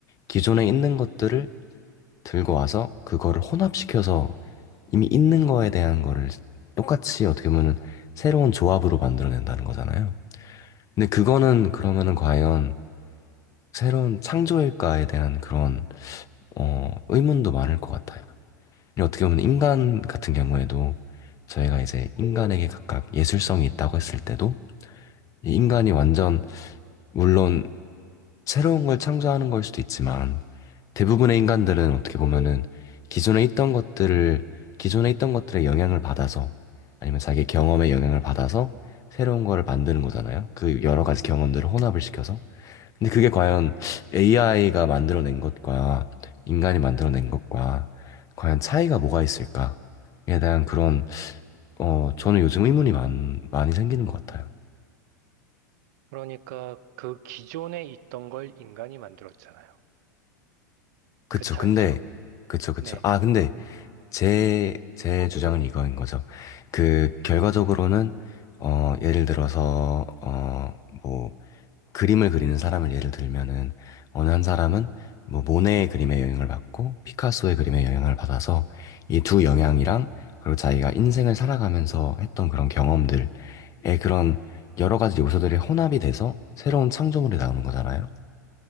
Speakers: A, on the left; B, on the right.
A: 기존에 있는 것들을 들고 와서 그거를 혼합시켜서 이미 있는 거에 대한 거를 똑같이 어떻게 보면은 새로운 조합으로 만들어낸다는 거잖아요. 근데 그거는 그러면은 과연 새로운 창조일까에 대한 그런 어, 의문도 많을 것 같아요. 근데 어떻게 보면 인간 같은 경우에도 저희가 이제 인간에게 각각 예술성이 있다고 했을 때도 이 인간이 완전 물론 새로운 걸 창조하는 걸 수도 있지만 대부분의 인간들은 어떻게 보면은 기존에 있던 것들을, 기존에 있던 것들의 영향을 받아서 아니면 자기 경험의 영향을 받아서 새로운 거를 만드는 거잖아요. 그 여러 가지 경험들을 혼합을 시켜서. 근데 그게 과연 AI가 만들어낸 것과 인간이 만들어낸 것과 과연 차이가 뭐가 있을까에 대한 그런, 어, 저는 요즘 의문이 많, 많이 생기는 것 같아요.
B: 그러니까 그 기존에 있던 걸 인간이 만들었잖아요.
A: 그쵸.
B: 그 차이죠.
A: 근데, 그쵸, 그쵸.
B: 네.
A: 아, 근데 제, 제 주장은 이거인 거죠. 그, 결과적으로는, 어, 예를 들어서, 어, 뭐, 그림을 그리는 사람을 예를 들면은, 어느 한 사람은, 뭐, 모네의 그림에 영향을 받고, 피카소의 그림에 영향을 받아서, 이 두 영향이랑, 그리고 자기가 인생을 살아가면서 했던 그런 경험들의 그런 여러 가지 요소들이 혼합이 돼서 새로운 창조물이 나오는 거잖아요.